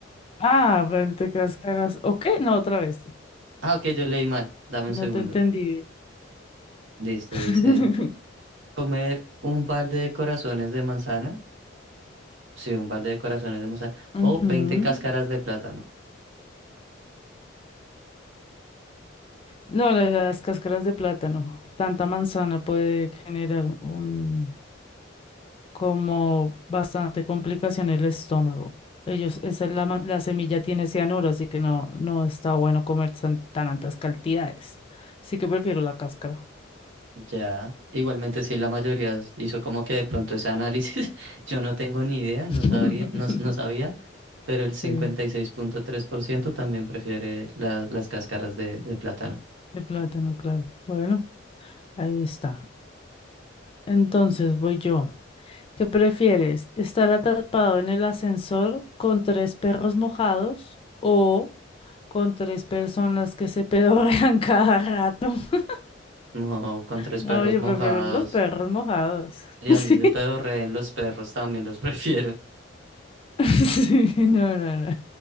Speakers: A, on the left; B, on the right.
A: Ah, el de Cáscaras. ¿O qué? No, otra vez.
B: Ah, ok, yo leí mal. Dame un
A: No
B: segundo.
A: te entendí.
B: Listo,
A: <laughs>
B: dice. Comer un balde de corazones de manzana. Sí, un balde de corazones de manzana.
A: Ujú.
B: O 20 cáscaras de plátano.
A: No, la- las cáscaras de plátano. Tanta manzana puede generar un, como bastante complicación en el estómago. Ellos, esa es la, ma- la semilla tiene cianuro, así que no, no está bueno comer tan, tan altas cantidades. Así que prefiero la cáscara.
B: Ya, igualmente sí, la mayoría hizo como que de pronto ese análisis, <laughs> yo no tengo ni idea, no
A: <laughs>
B: sabría, no, s- no sabía, pero el cincuenta
A: Sí,
B: y seis punto tres por ciento también prefiere la- las cáscaras de, de plátano.
A: de plátano, claro. Bueno, ahí está. Entonces voy yo. ¿Qué prefieres? ¿Estar atrapado en el ascensor con tres perros mojados o con tres personas que se <laughs> pedorrean cada rato? <laughs>
B: No, con tres
A: No,
B: perros
A: yo
B: mojados,
A: prefiero los perros mojados.
B: y
A: <laughs>
B: así
A: Sí.
B: se pedorreen los perros, también los <laughs> prefiero.
A: <laughs> Sí, no, no, no.